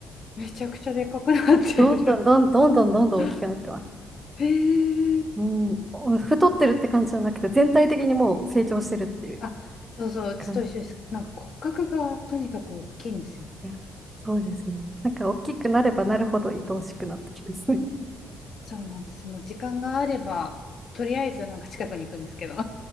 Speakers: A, on the left; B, on the right.
A: めちゃくちゃでかくなってる。
B: どんどんどんどんどんどんどん大きくなってます。
A: <laughs> ええ。
B: うん、お太ってるって感じじゃなくて、全体的にもう成長してるっていう
A: あ、そうそう、うちと一緒です。
B: 感じ。
A: なんか骨格がとにかく大きいんですよね。
B: いやそうですね。なんか大きくなればなるほど愛おしくなってきますね。
A: そうなんですよ。もう時間があれば、とりあえずなんか近くに行くんですけど。